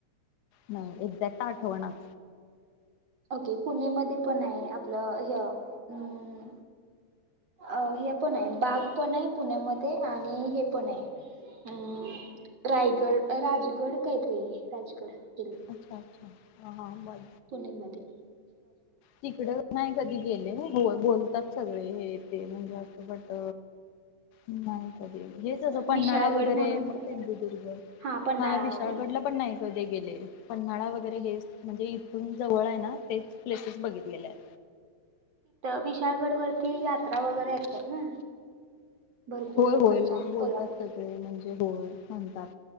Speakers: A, on the left; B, on the right.
A: नाही एक्झॅक्ट आठवणच
B: ओके पुणेमध्ये पण आहे आपलं हम् अ हे पण आहे बाग पण आहे पुण्यामध्ये आणि हे पण आहे अम रायगड राजगड काहीतरी राजगड
A: अच्छा अच्छा ह हा ब
B: पुणेमध्ये
A: तिकड नाही कधी गेले बोलतात सगळे हे तेहुन जास्त वाट नाही कधी हेच असं पन्हाळा
B: विशाळगड
A: वगैरे
B: म्हणून
A: मग
B: पण
A: सिंधुदुर्ग
B: आहे पन्हाळा
A: हा विशाळगडला
B: वगैरे
A: पण नाही कधी गेले पन्हाळा वगैरे <unintelligible> तुम जवळ आहे ना तेच प्लेसेस बघितलेल्या हायत
B: विशाळगड वरती यात्रा वगैरे असतात ना भरपूर
A: होय
B: लोकांच्या
A: होय लोक बोलतात
B: कोल्हापूर
A: सगळे म्हणजे होय म्हणतात